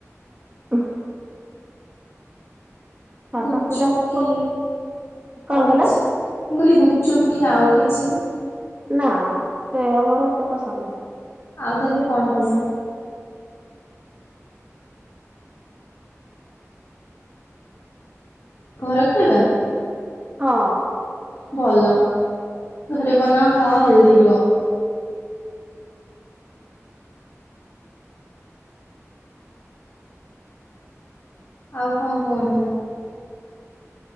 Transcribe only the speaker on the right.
<unintelligible> ସାଧା
ସିଧା ଲୋକ
କଣ
କହିଲ
ନା ସେ ଆ ମୋର ଏତେ ପସନ୍ଦ ନୁହଁ।
ହଁ।